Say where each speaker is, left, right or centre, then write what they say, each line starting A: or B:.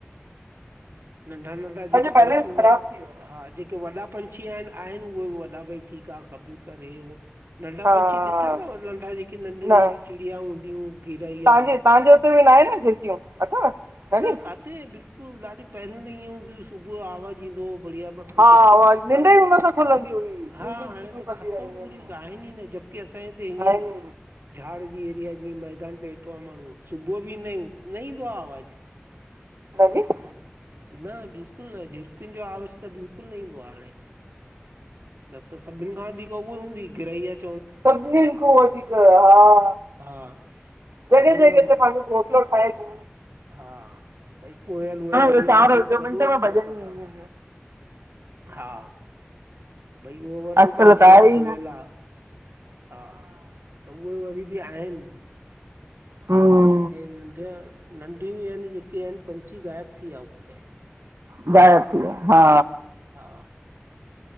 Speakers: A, on the right; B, on the right.
A: नंढा नंढा जेके
B: सॼो
A: पंछी
B: बैलेंस
A: हूंदा
B: ख़राब
A: आइन
B: थी वियो
A: हा जेके वॾा पंछी आहिन, उहे बि वॾा ठीकु आहिन कबूतर हे उहो नंढा
B: आहे
A: पंछी
B: हा
A: ॾिठा थव, नंढा जेके नंढियूं नंढियी
B: न
A: चिड़िया हूंदियूं हुंयूं गिरैया
B: तव्हांजे तव्हांजे हुते बि न आहे न झिरकियूं अथव न नी?
A: काथे बिल्कुलु ॾाढी पहिरियों त ईअं हूंद्यूं, सुबुह जो आवाज़ ईंदो हो बढ़िया। मतु
B: हा
A: जबकि
B: उहा
A: आसपास,
B: निंड ई हुन सां खुलंदी हुई छूं
A: हा
B: छूं
A: हाणे
B: छूं छूं
A: त
B: कंदी
A: ख़तम
B: रहंदी
A: पूरी
B: हुयूं
A: आहिन ई न। की असांजे हिते हीअं
B: आहिनि
A: झाड़ जी एरिया, जीअं मैदान ते वेठो आ माण्हू सुबुह बि ईंदा आहिन, न ईंदो आ आवाज़ु।
B: दी <inaudible>
A: न बिल्कुलु न, झिरकियुनि जो आवाज़ त बिल्कुलु न ईंदो आ हाणे। न त सभिनि खां वधीक उहा हूंदी हुई, गिरैइपा।
B: सभिन खां वधीक, हा
A: हा
B: जॻह-
A: सभिनि
B: जॻह
A: खां
B: ते पंहिंज ठाए <inaudible>
A: हा भई कोयल वोयल
B: हाणे
A: इहो
B: त चांवर
A: वॾ
B: विझो
A: वॾो
B: मिंट
A: हा,
B: में भॼंदी हुयूं
A: हा। हा भई उह वॾो
B: अॼुकल्ह
A: पंछी
B: त आहे
A: आ कोयल
B: ई न
A: आ, हा। त उहे वरी बि आहिन।
B: हम्म
A: लेकिन हे नंढिय, नंढियूं आहिन जेके आहिन पंछी ग़ायब थी विया हू पूरे।
B: गायब थी विया, हा।
A: हा